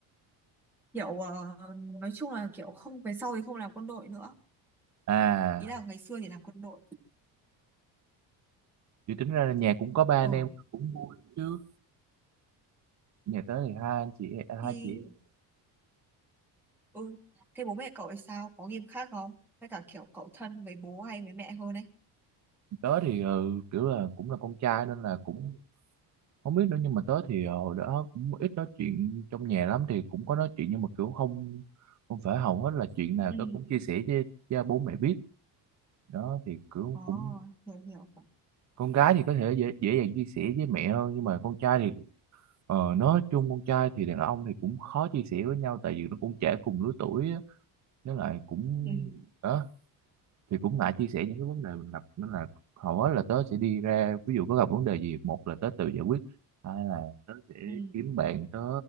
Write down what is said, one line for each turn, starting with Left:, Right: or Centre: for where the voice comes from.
Centre: kiểu ờ, nói chung là kiểu không về sau thì không làm quân đội nữa
Right: à
Centre: ý là ngày xưa thì làm quân đội
Right: chỉ tính ra là nhà cũng có ba
Centre: ừ
Right: anh em cũng vui chứ nhà tớ thì hai anh chị
Centre: thì
Right: hai chị em.
Centre: ừ thế bố mẹ cậu thì sao có nghiêm khắc không hay cả kiểu cậu thân với bố hay với mẹ hơn ấy
Right: tớ thì ờ, kiểu là cũng là con trai nên là cũng không biết nữa nhưng mà tớ thì ờ, hồi đó cũng ít nói chuyện trong nhà lắm thì cũng có nói chuyện nhưng mà kiểu không không phải hầu hết là chuyện nào
Centre: ừ
Right: tớ cũng chia sẻ với cha bố mẹ biết đó thì kiểu
Centre: Ồ,
Right: cũng
Centre: hiểu hiểu
Right: con gái thì có thể dễ, dễ dàng chia sẻ với mẹ hơn nhưng mà con trai thì ờ, nói chung con trai thì đàn ông thì cũng khó chia sẻ với nhau tại vì nó cũng trẻ cùng lứa tuổi á. với lại cũng
Centre: ừ
Right: đó thì cũng ngại chia sẻ những cái vấn đề mình gặp nên là hầu hết là tớ sẽ đi ra ví dụ có gặp vấn đề gì một là tớ tự giải quyết hai là tớ sẽ
Centre: ừ
Right: kiếm bạn tớ